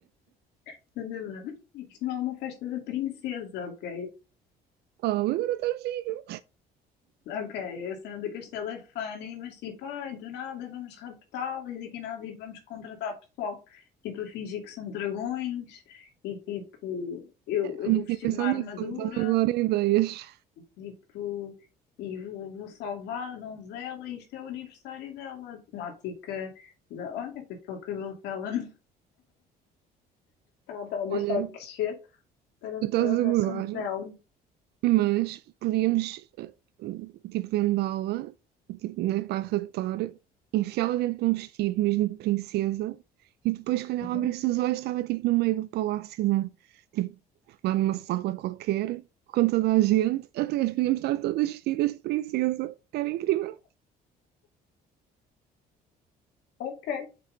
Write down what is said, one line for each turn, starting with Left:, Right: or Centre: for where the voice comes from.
Left: Estás a ver? Isto não é uma festa da princesa, ok?
Right: Oh, mas era tão giro.
Left: Ok, a cena do castelo é funny, mas tipo, ai, do nada vamos raptá-lo e daqui a nada e vamos contratar pessoal, tipo, a fingir que são dragões e tipo, eu, eu
Right: Ai,
Left: vou
Right: não
Left: vestir
Right: tinha pensado
Left: uma armadura
Right: nisso, só me estás a dar ideias.
Left: Tipo, e vou, vou salvar a donzela, e isto é o aniversário dela. temática da. Olha, com aquele cabelo que ela <laughs> não ela está a deixar
Right: Olha,
Left: crescer, parece
Right: tu estás
Left: a
Right: a
Left: Rapunzel.
Right: gozar, mas podíamos, eh, tipo, vendá-la, tipo, né, para arredar, enfiá-la dentro de um vestido mesmo de princesa, e depois, quando ela
Left: Uhum.
Right: abrisse os olhos, estava, tipo, no meio do palácio, né? Tipo, lá numa sala qualquer, com toda a gente, até as podíamos estar todas vestidas de princesa. Era incrível.
Left: Ok,